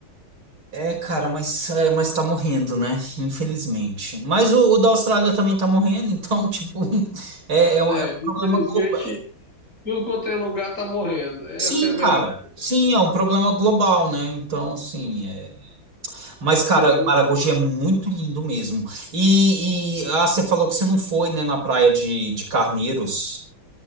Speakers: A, on the right; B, on the left.
A: é, cara, mas, é, mas tá morrendo, né? Infelizmente. Mas o, o da Austrália também tá morrendo, então, tipo, <laughs> é, é um,
B: É,
A: é um
B: infelizmente,
A: problema global.
B: tudo quanto é lugar tá morrendo. Essa
A: Sim,
B: é a verdade.
A: cara. Sim, é um problema global, né? Então, assim. é, Mas,
B: Esperemos.
A: cara, Maragogi é muito lindo mesmo. E, e, ah, você falou que você não foi, né, na praia de, de Carneiros.